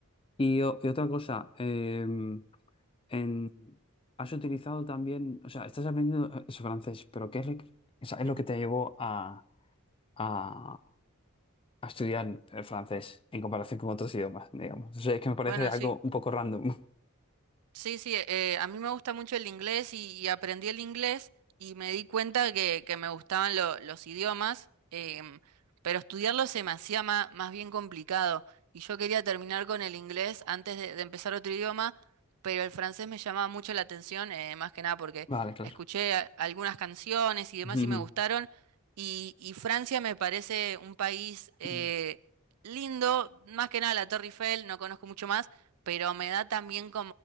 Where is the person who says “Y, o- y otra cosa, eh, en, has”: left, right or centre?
Left